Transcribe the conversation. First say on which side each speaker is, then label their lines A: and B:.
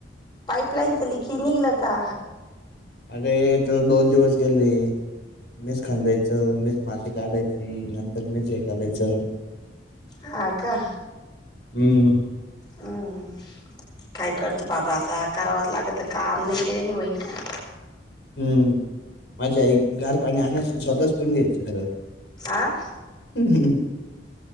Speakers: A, on the left (about 25°); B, on the left (about 70°).
A: पाईपलाईन च लिकेज निगल का?
B: अरे, त्याला दोन दिवस गेले. मीच खांंदायचं, मीच माती, काढायची नंतर मीच हे करायचं
A: हा का?
B: हम्म.
A: हम्म काय करतो, बाबा आता करावाच लागत काम नाही केल्या नि होईन का?
B: हम्म. माझी आई गार पाणी आणायची आणि स्वतःच पीऊन घ्यायची सगळ.
A: आं?
B: <unintelligible>